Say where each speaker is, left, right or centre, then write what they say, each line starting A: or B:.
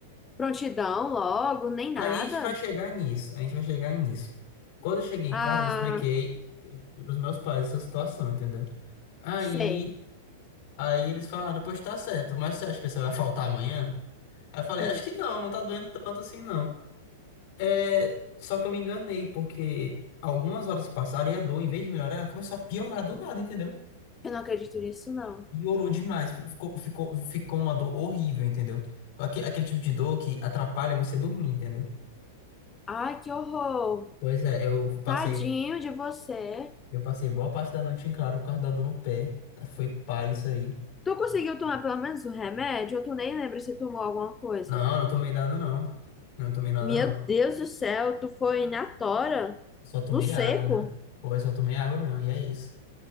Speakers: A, on the left; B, on the left.
A: prontidão logo, nem nada?
B: aí a gente vai chegar nisso, a gente vai chegar nisso. Quando eu cheguei em
A: Ah,
B: casa, eu expliquei pros meus pais essa situação, entendeu? Aí,
A: sei.
B: aí eles falaram, pois tá certo, mas você acha que você vai faltar amanhã? Aí eu falei,
A: Hum.
B: acho que não, não tá doendo tanto assim, não. É, só que eu me enganei, porque algumas horas se passaram e a dor, em vez de melhorar, ela começou a piorar do nada, entendeu?
A: Eu não acredito nisso, não.
B: E orou demais. Ficou, ficou, ficou uma dor horrível, entendeu? Aque- Aquele, tipo de dor que atrapalha você dormir, entendeu?
A: Ai, que horror.
B: Pois é, eu passei,
A: Tadinho de você.
B: eu passei boa parte da noite em claro por causa da dor no pé. Tá, Foi pá isso aí.
A: Tu conseguiu tomar pelo menos um remédio? Ou tu nem lembra se tomou alguma coisa?
B: Não, eu não tomei nada não. Não tomei nada
A: Meu
B: não.
A: Deus do céu, tu foi na tora?
B: Só tomei
A: No seco?
B: água mesmo. Pô, eu só tomei água mesmo, e é isso.